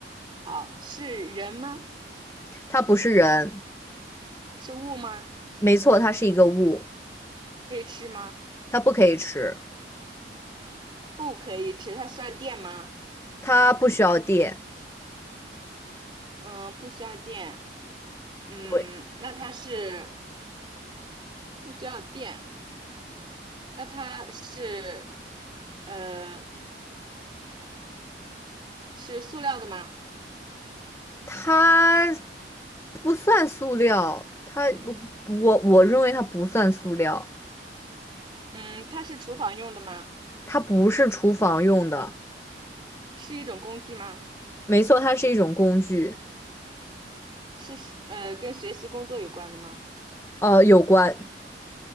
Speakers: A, on the right; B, on the left.
A: 好，是人吗？
B: 它不是人。
A: 是物吗？
B: 没错，它是一个物，
A: 可以吃吗？
B: 它不可以吃，
A: 不可以吃，它需要电吗？
B: 它不需要电，
A: 嗯，不需要电。嗯，
B: 对，
A: 那它是不需要电，那它是呃是塑料的吗？
B: 它不算塑料，它我我认为它不算塑料，
A: 嗯，它是厨房用的吗？
B: 它不是厨房用的，
A: 是一种工具吗？
B: 没错，它是一种工具，
A: 是呃跟学习工作有关的吗？
B: 呃，有关，